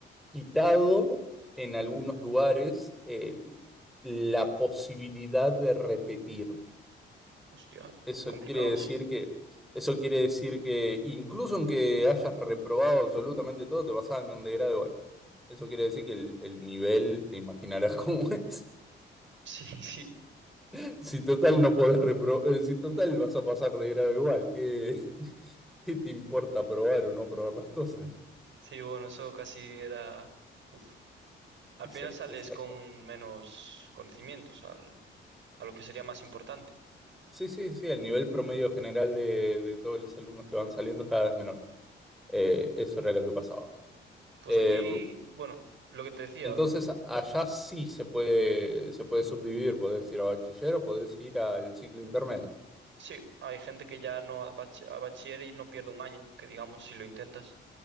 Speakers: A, in the centre; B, on the right (about 70°).
A: quitado en algunos lugares el- la posibilidad de repetir.
B: Hostia,
A: Eso
B: uh, complicados.
A: quiere decir que, eso quiere decir que incluso aunque hayas reprobado absolutamente todo, te pasaban de grado igual. Eso quiere decir que el, el nivel, te imaginarás cómo es.
B: Sí, <laughs> sí.
A: <laughs> Si total no podés repro- eh, si total vas a pasar de grado igual, ¿qué, <laughs> qué te importa probar o no probar las cosas?
B: Sí, bueno, eso casi era... Uf. Al final
A: Sí,
B: sales
A: exacto.
B: con menos conocimientos al- a lo que sería más importante.
A: Sí, sí, sí, el nivel promedio general de, de todos los alumnos que van saliendo es cada vez menor. Eh, eso era lo que pasaba.
B: Pues
A: Eh,
B: aquí, bueno, lo que te decía.
A: entonces, allá sí se puede, se puede subdividir, podés ir a bachiller o podés ir al ciclo intermedio.
B: Sí, hay gente que ya no a bach- a bachiller y no pierde un año, que digamos, si lo intentas.